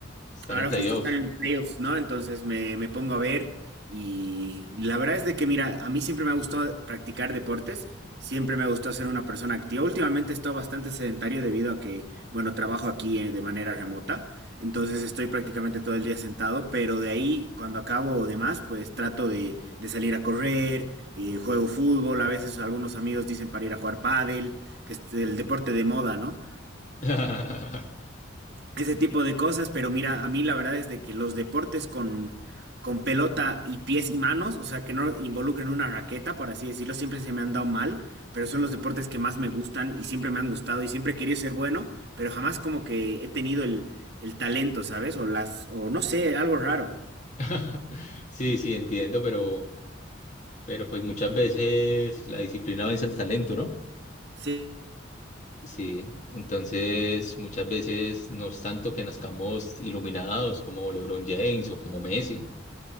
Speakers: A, on the left (about 35°); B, on the right (about 55°).
A: estar
B: Ahora
A: en playoff.
B: justo están en playoffs, ¿no? Entonces me, me pongo a ver y la verdad es de que, mira, a mí siempre me ha gustado practicar deportes, siempre me ha gustado ser una persona activa. Últimamente he estado bastante sedentario debido a que, bueno, trabajo aquí eh, de manera remota, entonces estoy prácticamente todo el día sentado, pero de ahí, cuando acabo o demás, pues trato de, de salir a correr, eh, juego fútbol, a veces algunos amigos dicen para ir a jugar pádel, que es el deporte de moda, ¿no?
A: <laughs>
B: ese tipo de cosas, pero mira, a mí la verdad es de que los deportes con, con pelota y pies y manos, o sea, que no involucren una raqueta, por así decirlo, siempre se me han dado mal, pero son los deportes que más me gustan y siempre me han gustado y siempre he querido ser bueno, pero jamás como que he tenido el, el talento, ¿sabes? O las, o no sé, algo raro.
A: <laughs> Sí, sí, entiendo, pero, pero pues muchas veces la disciplina vence al talento, ¿no?
B: Sí,
A: Sí, entonces muchas veces no es tanto que nazcamos iluminados como LeBron James o como Messi,